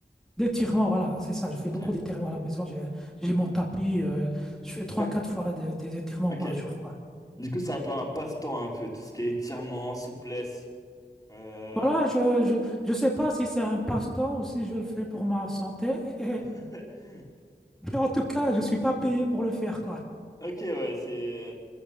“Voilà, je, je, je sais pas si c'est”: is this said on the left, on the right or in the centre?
Centre